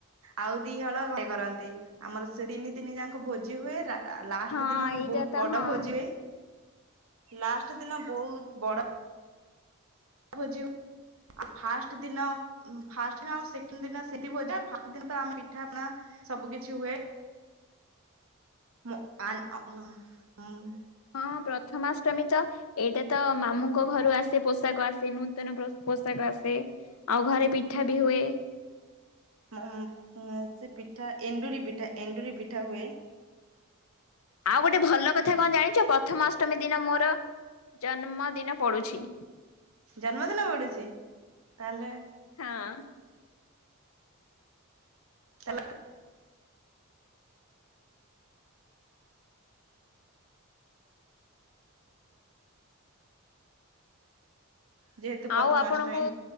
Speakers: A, on the right; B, on the left.
A: ଆଉ ଦିହଳ, ଭାଇ କରନ୍ତି। ଆମର ସେ ତିନି ଦିନି ଯାକ, ଭୋଜି ହୁଏ। ଆ, ଲାଷ୍ଟ
B: ହଁ
A: ଦିନ କ,
B: ଏଇଟା
A: ବହୁତ
B: ତ
A: ବଡ
B: ହଁ
A: ଭୋଜି ହୁଏ। ଲାଷ୍ଟ ଦିନ ବହୁତ, ବଡ଼ ଭୋଜି ହୁ ଆଉ ଫାଷ୍ଟ ଦିନ, ଫାଷ୍ଟ ଦିନ ସେକଣ୍ଡ ଦିନ ସେଠି ଭୋଜି ହୁଏ। ଆଉ ଫାଷ୍ଟ୍ ଦିନ ତ ଆମେ ପିଠା ପଣା ସବୁ କିଛି ହୁଏ। ମୁ -ଆ-ନ -ହଁ
B: ହଁ ପ୍ରଥମାଷ୍ଟମୀ ତ ଏଇଟା ତ, ମାମୁଙ୍କ ଘରୁ ଆସେ। ପୋଷାକ ଆସେ। ନୂତନ ପୋଷାକ ଆସେ। ଆଉ ଘରେ ପିଠା ବି ହୁଏ।
A: ମୋ, ମୋ-ସେ ପିଠା ଏଣ୍ଡୁରି ପିଠା, ଏଣ୍ଡୁରି ପିଠା ହୁଏ।
B: ଆଉ ଗୋଟେ ଭଲ କଥା କଣ, ଜାଣିଛ? ପ୍ରଥମା ଅଷ୍ଟମୀ ଦିନ ମୋର ଜନ୍ମଦିନ ପଡ଼ୁଛି।
A: ଜନ୍ମଦିନ ପଡ଼ୁଛି? ତାହେଲେ
B: ହଁ।
A: ଚାଲ ଯେହେତୁ ପ୍ରଥମାଷ୍ଟମୀ
B: ଆଉ ଆପଣଙ୍କୁ,